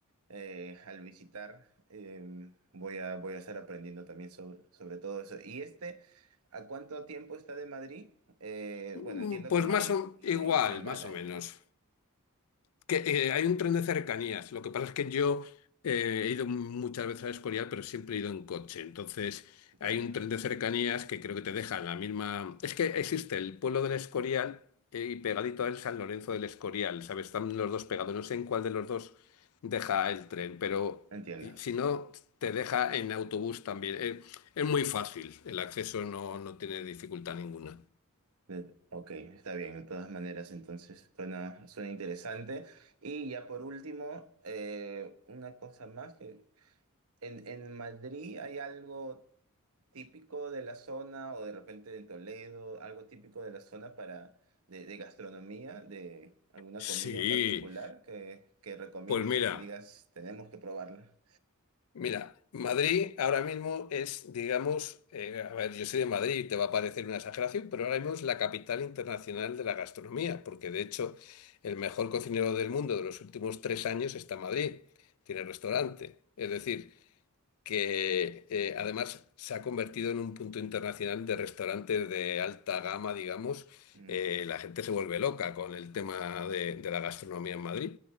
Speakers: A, on the right; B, on the left.
A: eh, al visitar eh, voy a, voy a estar aprendiendo también sobre, sobre todo eso. ¿Y este, a cuánto tiempo está de Madrid? Eh,
B: Mm,
A: bueno, entiendo
B: Pues
A: que no
B: más
A: hay,
B: o,
A: no
B: igual,
A: hay tren bala
B: más o
A: ahí,
B: menos.
A: ¿no?
B: Que, eh, hay un tren de cercanías. Lo que pasa es que yo eh, he ido muchas veces a Escorial, pero siempre he ido en coche. Entonces,
A: Entiendo,
B: hay un tren de cercanías que creo que te deja en la misma. Es que existe el pueblo del Escorial eh, y pegadito a él San Lorenzo del Escorial, ¿sabes? Están los dos pegados. No sé en cuál de los dos deja el tren, pero
A: entiendo.
B: y- si no, te deja en autobús también. Eh, es muy fácil. El acceso no, no tiene dificultad ninguna.
A: Eh, Ok, está bien, de todas maneras, entonces suena, suena interesante. Y ya por último, eh, una cosa más que En, en Madrid hay algo típico de la zona o de repente de Toledo, algo típico de la zona para de, de gastronomía, de alguna
B: Sí,
A: comida en particular que, que recomiendes
B: pues mira.
A: y que digas, tenemos que probarla.
B: Mira, Madrid ahora mismo es, digamos, eh, a ver, yo soy de Madrid, te va a parecer una exageración, pero ahora mismo es la capital internacional de la gastronomía, porque de hecho el mejor cocinero del mundo de los últimos tres años está en Madrid, tiene restaurante. Es decir, que eh, además se ha convertido en un punto internacional de restaurantes de alta gama, digamos.
A: Mm,
B: Eh, la gente se vuelve loca con el tema de de la gastronomía en Madrid.